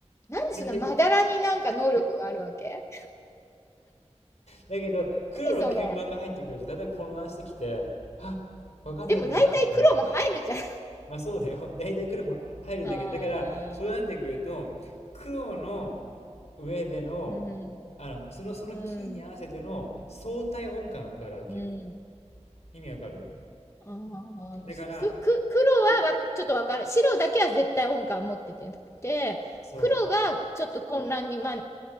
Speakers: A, on the left; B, on the left.
A: なんでそんなまだらになんか能力があるわけ
B: で、だけど、黒の鍵盤が入ってくると、
A: 何それ
B: だいたい混乱してきて、はっ、わかんなくなってきたみたいな。
A: でも大体黒も入るじゃん。
B: まあそうだよ。<laughs> だいたい黒も入るんだけど、
A: ああ、
B: だから、そうなってくると、黒の上での、
A: うん、
B: あの、その、そのキーに合わせての相対音感が僕あるわけよ。
A: うん、うん。
B: 意味わかる
A: ああ、
B: だから、
A: く、く、黒はわちょっとわかる。白だけは絶対音感持ってて、で黒がちょっと混乱に、
B: そう、
A: ま、ん